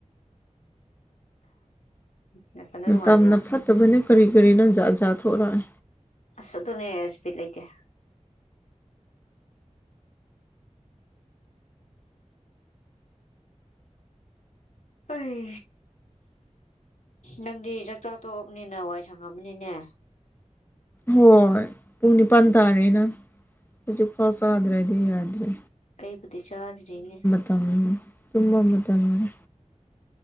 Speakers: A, on the left; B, on the left.
A: ꯅꯊꯟꯗ
B: ꯃꯇꯝꯅ
A: ꯅꯨꯡꯉꯥꯏꯕ꯭ꯔꯣ
B: ꯐꯠꯇꯕꯅꯦ ꯀꯔꯤ ꯀꯔꯤꯅꯣ ꯖꯥꯠ ꯖꯥꯠ ꯊꯣꯔꯛꯑꯦ
A: ꯑꯁ ꯑꯗꯨꯅꯦ ꯑꯁ ꯕꯤꯠ ꯂꯩꯇꯦ ꯑꯩ ꯅꯪꯗꯤ ꯆꯥꯛ ꯆꯥ ꯇꯣꯛꯑꯕꯅꯤꯅ ꯋꯥꯏ ꯁꯪꯉꯝꯃꯅꯤꯅꯦ
B: ꯍꯣꯏ ꯄꯨꯡ ꯅꯤꯄꯥꯟ ꯇꯥꯔꯦ ꯅꯪ ꯍꯧꯖꯤꯛ ꯐꯥꯎ ꯆꯥꯗ꯭ꯔꯗꯤ ꯌꯥꯗ꯭ꯔꯦ
A: ꯑꯩꯕꯨꯗꯤ ꯆꯥꯗ꯭ꯔꯤꯅꯦ
B: ꯇꯝ ꯇꯨꯝꯕ ꯃꯇꯝ ꯑꯣꯏꯔꯦ